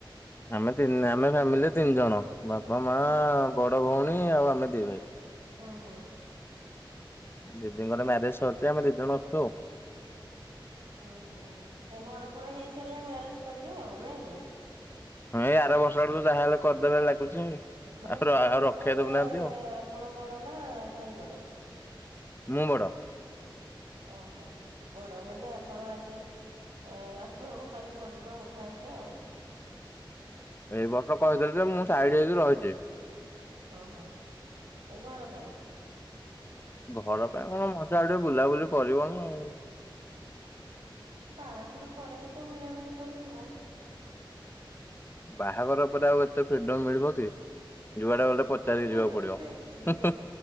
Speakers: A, on the left; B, on the right.
A: ଆମେ ତିନି ଆମେ ଫ୍ୟାମିଲିରେ ତିନି ଜଣ। ବାପା, ମାଆ,
B: ହଁ।
A: ବଡ ଭଉଣୀ ଆଉ ଆମେ ଦି ଭାଇ।
B: ହଁ ହଁ।
A: ଦିଦିଙ୍କର ମ୍ୟାରେଜ ସରଚି ଆମେ ଦି ଜଣ ଅଛୁ ଆଉ।
B: ହୁଁ ହୁଁ ହୁଁ ଘର ଫର ହେଇ ସାରିଲେ ମ୍ୟାରେଜ କରିବେ ଆଉ ନାଇଁ କି?
A: ହଁ ଏଇ ଆର ବର୍ଷ ଆଡୁକୁୁ ଯାହାହେଲେ କରଦେବେ ଲାଗୁଛି।
B: ମାନେ
A: ଆଉ
B: ପୁଅ
A: ଆଉ
B: ଭିତରେ
A: ରଖେଇ ଦଉନାହାନ୍ତି ଆଉ
B: ଆପଣ ବଡ ନା ଭାଇ ବଡ?
A: ମୁଁ ବଡ଼।
B: ଓହୋ ବଡ ମାନେ ଆପଣ ଆଗେ ଏ ଆପଣଙ୍କ ପାଳି ପଡିବ ଫାଷ୍ଟେ ଆଉ।
A: ଏଇ ବର୍ଷ କହିଥିଲେ ଯେ ମୁଁ ସାଇଡି ହେଇକି ରହିଛି।
B: ହଁ ହଁ। ଏଇ ଘର ପାଇଁ?
A: ଘର ପାଇଁ କଣ ମଜା ଆଉ ଟିକେ ବୁଲାବୁଲି କରିବ ଆଉ।
B: ବାହାଘର ପରେ ବି ତ ବୁଲାବୁଲି କରିହବ।
A: ବାହାଘର ପରେ ଆଉ ଏତେ ଫ୍ରିଡମ ମିଳିବ କି ଯୁଆଟା ଗଲେ ପଚାରିକି ଯିବାକୁ
B: ଏଇଟା
A: ପଡିବ। ହୁଁ
B: ଯିଏ
A: ହୁଁ